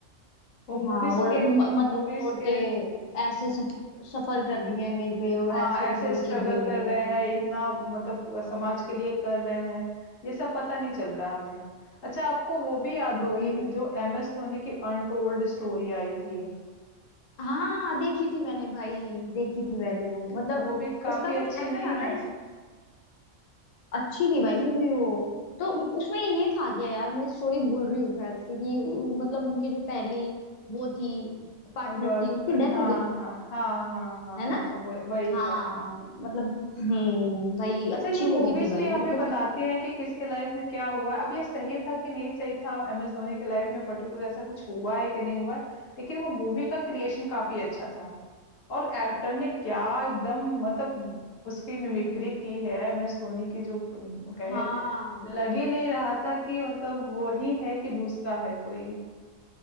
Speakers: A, on the left; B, on the left.
A: वो मूवीज
B: हाँ और
A: के
B: म- मतलब
A: मूवीज
B: औरतें
A: के
B: ऐसे सफ, सफर कर रही हैं कहीं पे और
A: हाँ,
B: ऐसे
A: ऐसे
B: उनके लिए
A: स्ट्रगल
B: चीजें हो
A: कर
B: रही
A: रहे
B: हैं
A: हैं इतना मतलब
B: हम्म,
A: समाज के लिए कर रहे हैं ये सब पता नहीं चलता हमें अच्छा आपको वो भी याद होगी
B: वही ना
A: जो एम एस धोनी की अनटोल्ड स्टोरी आई थी
B: हाँ देखी थी मैंने भाई देखी थी मैंने वो मतलब
A: वो भी काफी
B: उसका कुछ
A: अच्छी
B: ऐसा
A: नहीं
B: था ना
A: है
B: इस अच्छी थी भाई मूवी वो तो उसमें ये था क्या यार मैं स्टोरी भूल रही हूँ शायद से कि उ- मतलब उनकी जो पहली वो थी पार्टनर
A: गर्लफ्रेंड
B: थी उसकी डेथ
A: हाँ
B: हो गई थी
A: हाँ हाँ हाँ हाँ
B: है ना
A: हाँ वही वही
B: हाँ
A: था हाँ
B: मतलब हम्म भाई
A: अच्छा
B: अच्छी
A: ये मूवीज
B: मूवी थी भाई
A: भी हमें
B: वो मतलब
A: बताती
B: कि
A: हैं कि किसके लाइफ में क्या हुआ है अब ये सही था कि नहीं सही था एम एस धोनी की लाइफ में पर्टिकुलर ऐसा कुछ हुआ है कि नहीं हुआ लेकिन वो मूवी का क्रिएशन काफी अच्छा था और एक्टर ने क्या एकदम मतलब उसकी मिमिक्री की है एमएस धोनी की जो क- कहे
B: हाँ
A: तो लग ही नहीं रहा था कि मतलब वो ही है कि दूसरा है कोई